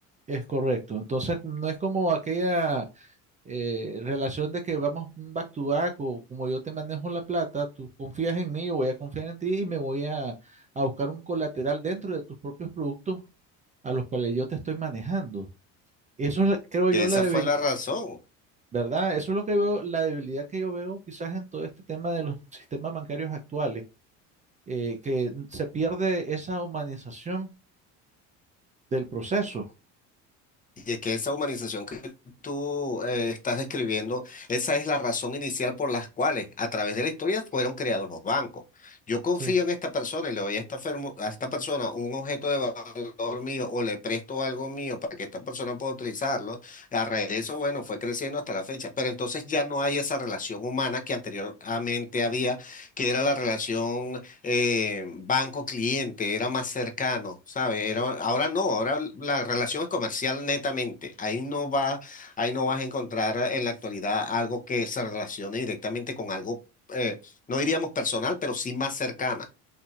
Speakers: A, on the right; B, on the left.
A: Es correcto. Entonces, no es como aquella eh, relación de que vamos back to back o como yo te manejo la plata, tú confías en mí, yo voy a confiar en ti y me voy a, a buscar un colateral dentro de tus propios productos a los cuales yo te estoy manejando. Eso es, la- creo
B: Que
A: yo,
B: esa
A: la
B: fue
A: debil-
B: la razón.
A: ¿verdad? Eso es lo que veo, la debilidad que yo veo quizás en todo este tema de los sistemas bancarios actuales, eh, que se pierde esa humanización del proceso.
B: Y es que esa humanización que tú eh, estás describiendo, esa es la razón inicial por las cuales a través de la historia fueron creados los bancos. Yo confío
A: Sí.
B: en esta persona y le doy a esta, fermo- a esta persona un objeto de valor mío o le presto algo mío para que esta persona pueda utilizarlo. A raíz de eso, bueno, fue creciendo hasta la fecha. Pero entonces ya no hay esa relación humana que anteriormente había, que era la relación eh, banco cliente, era más cercano, ¿sabes? Era, ahora no, ahora la relación es comercial netamente. Ahí no va, ahí no vas a encontrar eh, en la actualidad algo que se relacione directamente con algo, eh, no diríamos personal, pero sí más cercana.